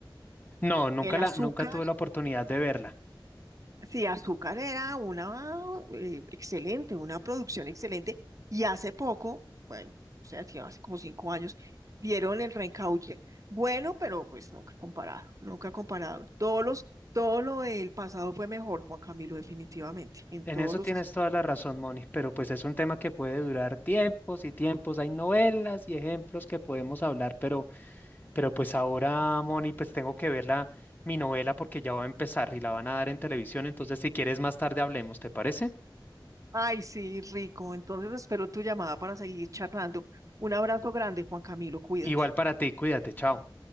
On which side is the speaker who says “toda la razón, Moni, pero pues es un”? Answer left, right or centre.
Left